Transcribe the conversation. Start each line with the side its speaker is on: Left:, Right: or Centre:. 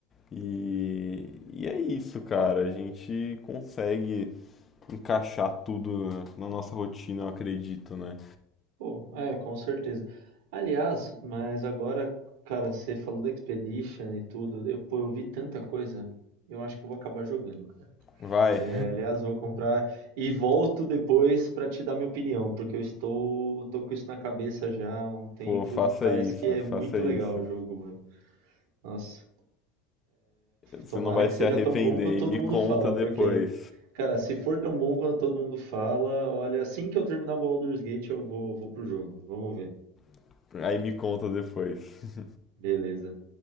Left: E, e é isso, cara. A gente consegue encaixar tudo na na nossa rotina, eu acredito, né?
Right: Pô, é, com certeza. Aliás, mas agora, cara, você falou da Expedition e tudo, eu, pô, eu vi tanta coisa, eu acho que eu vou acabar jogando. cara.
Left: Vai,
Right: É, aliás, vou comprar e volto depois pra te dar minha opinião, porque eu estou, tô com isso na cabeça já há
Left: <laughs>
Right: um tempo,
Left: pô, faça
Right: parece
Left: isso,
Right: que é
Left: faça
Right: muito
Left: isso.
Right: legal o jogo, mano. Nossa,
Left: Você
Right: tomara
Left: não vai
Right: que
Left: se
Right: seja
Left: arrepender
Right: tão bom quanto todo
Left: e me
Right: mundo
Left: conta
Right: fala,
Left: depois.
Right: porque, cara, se for tão bom quanto todo mundo fala, olha, assim que eu terminar o Baldur's Gate, eu vou, vou pro jogo, vamos ver.
Left: <laughs> Aí me conta depois.
Right: Beleza.